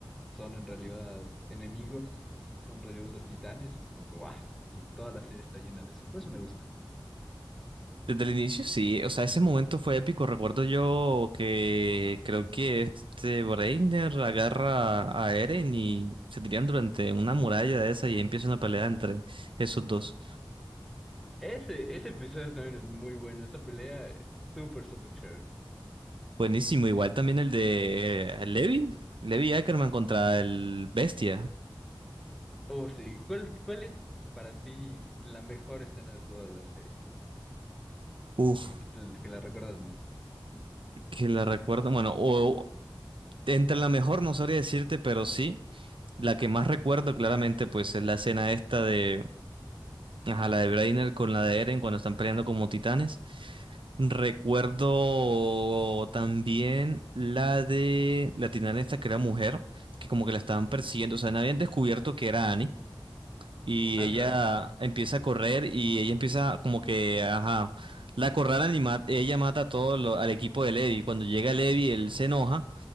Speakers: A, in the centre; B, on the right.
A: son en realidad enemigos, son en realidad los titanes, es como que guau, y toda la serie está llena de eso, por eso me gusta.
B: Desde el inicio sí, o sea, ese momento fue épico. Recuerdo yo que creo que este Breiner agarra a Eren y se tiran durante una muralla de esa y empieza una pelea entre esos dos.
A: Ese, ese episodio también es muy bueno, esa pelea es súper, súper chévere.
B: Buenísimo, igual también el de eh, Levi, Levi Ackerman contra el Bestia.
A: Oh, sí, ¿cuál, cuál es para ti la mejor escena de toda la serie?
B: Uf.
A: Y que la recuerdas más.
B: que la recuerdo, bueno, o entre la mejor no sabría decirte, pero sí, la que más recuerdo claramente pues es la escena esta de, ajá, la de Brainer con la de Eren cuando están peleando como titanes. Recuerdo también la de la titana esta que era mujer, que como que la estaban persiguiendo, o sea, no habían descubierto que era Annie y
A: Ah,
B: ella
A: claro,
B: empieza a correr y ella empieza como que, ajá, la acorralan y ma- ella mata a todo lo- al equipo de Levi. Cuando llega Levi, él se enoja